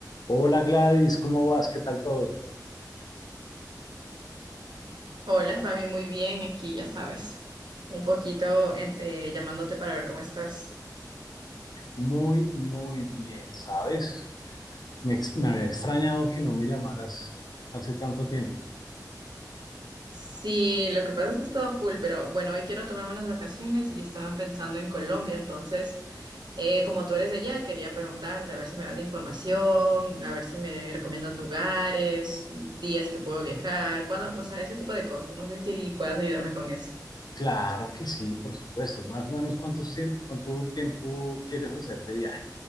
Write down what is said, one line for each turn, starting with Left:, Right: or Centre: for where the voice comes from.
Left: Hola Gladys, ¿cómo vas? ¿Qué tal todo?
Right: Hola Fabi, muy bien, aquí ya sabes, un poquito en- eh, llamándote para ver cómo estás.
Left: Muy, muy bien, ¿sabes? Me, ex- me había extrañado que no me llamaras hace tanto tiempo.
Right: Sí, lo que pasa es que he estado full, pero bueno, hoy quiero tomarme unas vacaciones y estaba pensando en Colombia, entonces, eh, como tú eres de allá, quería preguntarte a ver si me das información, a ver si me recomiendas lugares, días que puedo viajar, cuándo, o sea, ese tipo de cosas. No sé si puedas ayudarme con eso.
Left: Claro que sí, por supuesto. Más o menos, ¿cuántos tie- cuánto tiempo quieres hacer de viaje?